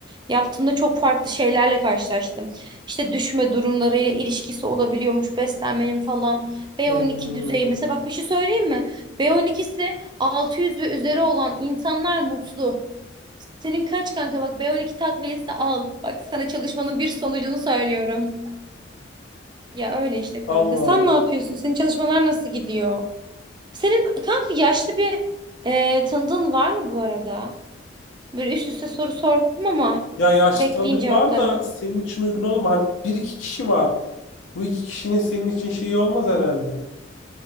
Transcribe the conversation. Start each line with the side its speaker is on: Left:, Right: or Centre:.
Right: Yaptığımda çok farklı şeylerle karşılaştım. İşte düşme durumlarıyla ilişkisi olabiliyormuş beslenmenin falan. B12
Left: Hı hı.
Right: düzeyi mesela bak bir şey söyleyeyim mi? B12'si 600 ve üzeri olan insanlar mutlu. Senin kaç kanka bak B12 takviyesi al. Bak sana çalışmanın bir sonucunu söylüyorum. Ya öyle işte kanka.
Left: Allah
Right: Sen
Left: Allah.
Right: ne yapıyorsun? Senin çalışmalar nasıl gidiyor? Senin kanka yaşlı bir e, tanıdığın var mı bu arada? Böyle üst üste soru sordum ama
Left: Ya yaşlı
Right: bekleyeyim
Left: tanıdık
Right: cevaplarını.
Left: var da senin için uygun olur mu? Hani bir iki kişi var. Bu iki kişinin senin için şeyi olmaz herhalde.